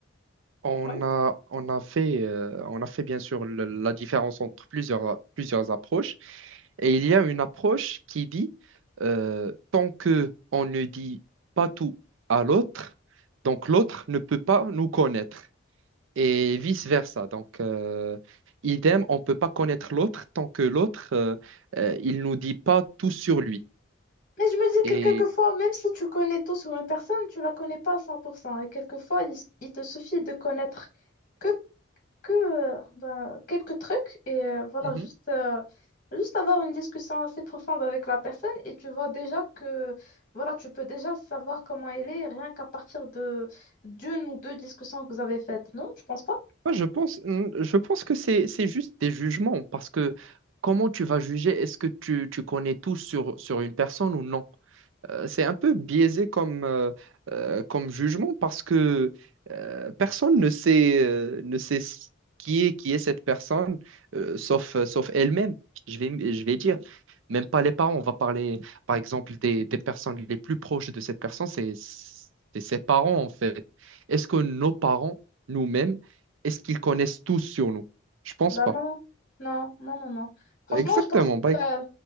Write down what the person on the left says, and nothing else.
Ouais.
Mais je me dis
que quelquefois, même si tu connais tout sur une personne, tu la connais pas à 100%. Et quelquefois, il, s- il te suffit de connaître que, que euh, ben, quelques trucs et euh, voilà,
juste, euh, juste avoir une discussion assez profonde avec la personne et tu vois déjà que voilà, tu peux déjà savoir comment elle est rien qu'à partir de d'une ou deux discussions que vous avez faites. Non, tu penses pas?
Bah
non, non, non, non, non. Franchement,
je pense que,
euh,